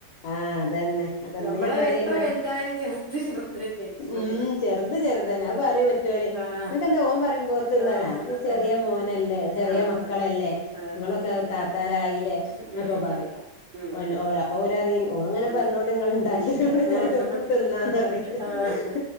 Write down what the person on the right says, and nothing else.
ഞമ്മള്
എത്ര വെലുതായാലും ചേർത് ചേർത്
ന്നെ
ആഹ്
ആഹ്
ആഹ്
ആഹ്
ആഹ് ആഹ്
ഉം
ഉം ഉം
ഉം
ഉം
ആഹ്